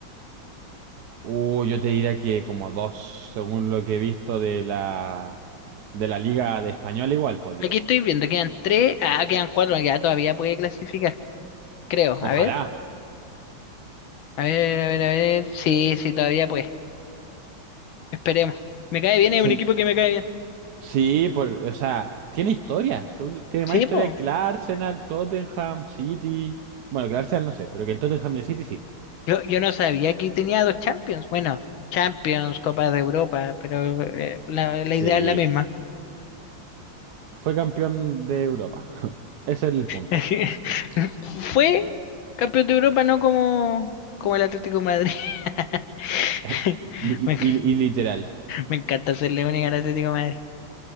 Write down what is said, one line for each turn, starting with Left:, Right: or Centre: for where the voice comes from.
Right: Uh, yo te diría que como dos, según lo que he visto de la de la Liga de Español igual, pues digo.
Left: Aquí estoy viendo, quedan tres ah, quedan cuatro ya todavía puede clasificar, creo.
Right: Ojalá.
Left: A ver, a ver, a ver, a ver. Sí, sí, todavía puede. Esperemos. Me cae bien, es
Right: O sea,
Left: un equipo que me cae bien.
Right: sí, por, o sea, tiene historia. según- Tiene
Left: Sí,
Right: más historia
Left: pues.
Right: que el Arsenal, Tottenham, City. Bueno, que el Arsenal no sé, pero que el Tottenham y el City sí.
Left: Yo, yo no sabía que tenía dos Champions. Bueno, Champions, Copa de Europa, pero eh, la, la
Right: Sí.
Left: idea es la misma.
Right: Fue campeón de Europa. <laughs> Ese es el punto.
Left: <laughs> Fue campeón de Europa, no como, como el Atlético de Madrid. <laughs>
Right: <laughs> Li- Y,
Left: Me, enc-
Right: y- y literal.
Left: me encanta ser única al Atlético de Madrid.